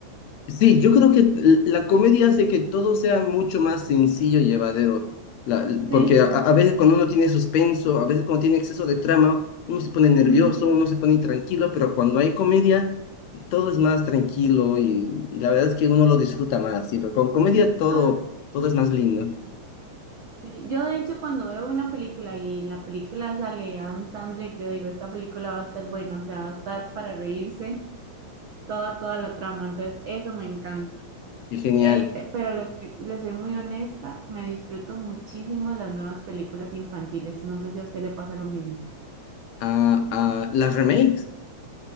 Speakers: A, on the left (about 75°); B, on the right (about 75°).
A: Sí, yo creo que l- la comedia hace que todo sea mucho más sencillo y llevadero, La- l-
B: Sí.
A: porque a, a veces cuando uno tiene suspenso, a veces cuando tiene exceso de trama, uno se pone nervioso,
B: <laughs> Ujú.
A: uno se pone intranquilo, pero cuando hay comedia, todo es más tranquilo y, y la verdad es que uno lo disfruta más, sí, pero con comedia todo,
B: Ah.
A: todo es más lindo
B: Sí, yo de hecho cuando veo una película y la película sale Adam Sandler, yo digo, esta película va a estar buena, o sea, va a estar para reírse toda, toda la trama, entonces eso me encanta.
A: y genial.
B: Este, pero les, les soy muy honesta, me disfruto muchísimo las nuevas películas infantiles, no sé si a usted le pasa lo mismo.
A: Ah, ah, las remakes,